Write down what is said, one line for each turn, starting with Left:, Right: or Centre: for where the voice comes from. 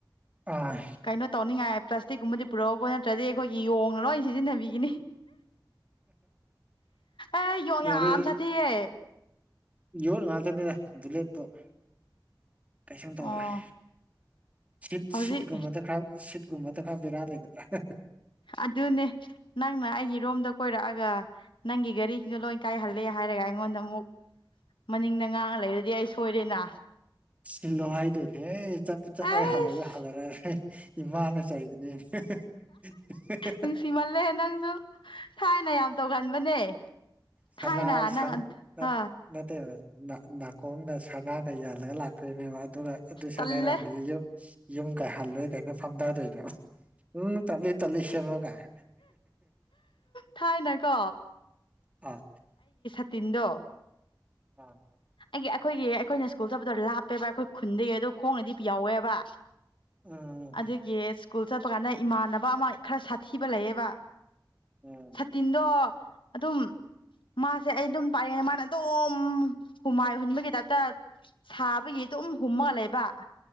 Right: ꯑꯥ
Left: ꯀꯩꯅꯣ ꯇꯧꯅꯤꯡꯉꯥꯏ ꯄ꯭ꯂꯥꯁꯇꯤꯛꯀꯨꯝꯕꯗꯤ ꯄꯨꯔꯛꯑꯣꯀꯣ ꯅꯠꯇ꯭ꯔꯗꯤ ꯑꯩꯈꯣꯏꯒꯤ ꯌꯣꯡꯅ ꯂꯣꯏꯅ ꯁꯤꯖꯤꯟꯅꯕꯤꯒꯤꯅꯤ ꯑꯦ ꯌꯣꯡ
Right: ꯒꯥꯔꯤ
Left: ꯌꯥꯝ ꯁꯥꯊꯤꯌꯦ
Right: ꯌꯣꯠ ꯉꯥꯛꯇꯅꯤꯅ‌ꯦ ꯕꯨꯂꯦꯠ ꯄ꯭ꯔꯨꯞ ꯀꯩꯁꯨꯝ ꯇꯧꯔꫭꯏ
Left: ꯑꯣ
Right: ꯁꯤꯠ
Left: ꯍꯧꯖꯤꯛ
Right: ꯁꯤꯠꯒꯨꯝꯕꯗ ꯈꯔ ꯁꯤꯠꯒꯨꯝꯕꯗ ꯈꯔ ꯕꯦꯔꯥ ꯂꯩꯒꯗ꯭ꯔꯥ
Left: ꯑꯗꯨꯅꯦ ꯅꯪꯅ ꯑꯩꯒꯤ ꯔꯨꯝꯗ ꯀꯣꯏꯔꯛꯑꯒ ꯅꯪꯒꯤ ꯒꯥꯔꯤꯁꯤꯡꯗꫭ ꯂꯣꯏ ꯀꯥꯏꯍꯜꯂꯦ ꯍꯥꯏꯔꯒ ꯑꯩꯉꯣꯟꯗ ꯑꯃꯨꯛ ꯃꯅꯤꯡꯗ ꯉꯥꯛꯑ ꯂꯩꯔꯗꯤ ꯑꯩ ꯁꯣꯏꯔꯦꯅ
Right: ꯁꯤꯜ ꯂꯣ ꯍꯥꯏꯗꫭꯏꯅꯤ ꯍꯦ ꯆꯠꯄꯨ ꯆꯠ
Left: ꯑꯩꯁ
Right: ꯑꯩ ꯍꯜꯂꯔꯣꯏ ꯍꯜꯂꯔꫭꯏ ꯏꯃꯥꯅ ꯆꯩꯒꯅꯤ <unintelligible>
Left: ꯅꯨꯡꯁꯤꯃꯜꯂꯦ ꯅꯪꯁꯨ ꯊꯥꯏꯅ ꯌꯥꯝ ꯇꯧꯒꯟꯕꯅꯦ
Right: ꯁꯅꯥ
Left: ꯊꯥꯏꯅ ꯅꯪ ꯑ
Right: <inaudible> ꯅꯠꯇꯦꯕꯥ ꯅꯥ ꯅꯥꯀꯣꯡꯗ ꯁꯅꯥꯒ ꯌꯥꯜꯂꯒ ꯂꯥꯛ ꯏꯅꯦꯕ ꯑꯗꯨꯒ ꯑꯗꯨ ꯁꯦꯒꯥꯏꯔꯛꯑꯃꯦ
Left: ꯇꯜꯂꯦ
Right: ꯌꯨꯝ ꯌꯨꯝ ꯀꯩ ꯍꯜꯂꯣꯏ ꯀꯩꯅꯣ ꯐꯝꯊꯗꯣꯏꯅꯦꯕꯥ ꯎꯝ ꯇꯜꯂꯤ ꯇꯜꯂꯤ ꯁ‌ꯦꯝꯃꯨ ꯀꯥꯏꯅ
Left: ꯊꯥꯏꯅꯥ ꯀꯣ
Right: ꯑꯥ
Left: ꯇꯤꯟꯗꫭ
Right: ꯑꯥ
Left: ꯑꯩꯒꯤ ꯑꯩꯈꯣꯏꯒꯤ ꯑꯩꯈꯣꯏꯅ ꯏꯁ꯭ꯀꯨꯜ ꯆꯠꯄꯗꯣ ꯂꯥꯞꯄꯦꯕ ꯑꯩꯈꯣꯏ ꯈꯨꯟꯗꯒꯤ ꯑꯗꯨ ꯈꯣꯡꯅꯗꯤ ꯌꯥꯎꯋꯦꯕ
Right: ꯎꯝ
Left: ꯑꯗꯨꯒꯤ ꯏꯁ꯭ꯀꯨꯜ ꯆꯠꯄꯥ ꯀꯥꯟꯗ ꯏꯃꯥꯟꯅꯕ ꯑꯃꯥ ꯈꯔꯥ ꯁꯥꯊꯤꯕ ꯂꯩꯌꯦꯕ
Right: ꯎꯝ
Left: ꯁꯇꯤꯟꯗꯣ ꯑꯗꯨꯝ ꯃꯥꯁꯦ ꯑꯩ ꯑꯗꯨꯝ ꯄꯥꯏꯌ‌ꯦꯅ ꯃꯥꯅ ꯑꯗꯨꯝ ꯍꯨꯃꯥꯏ ꯍꯨꯟꯕꯒꯤ ꯇꯥꯏꯞꯇꯥ ꯁꯥꯕꯒꯤ ꯑꯗꯨꯝ ꯍꯨꯝꯃꯒ ꯂꯩꯕ